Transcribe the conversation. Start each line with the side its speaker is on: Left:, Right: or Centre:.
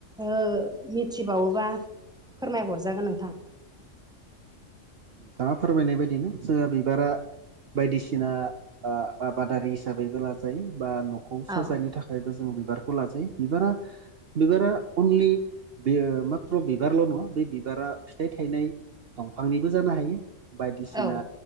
Centre: मिथिबावोबा फोरमायहरजागोन नोंथां।
Right: दा फोरमायनाय बायदिनो जोंहा बिबारा बायदिसिना आबादारि हिसाबैबो लाजायो बा न'खौ साजायनो
Centre: औ
Right: थाखाय बेबो जों बिबारखौ लाजायो बिबारा बिबारा अनलि बे माथ्र' बिबारल' नङा बे बिबारा फिथाइ थायनाय। दंफांनिबो जानो हायो बायदिसिना
Centre: औ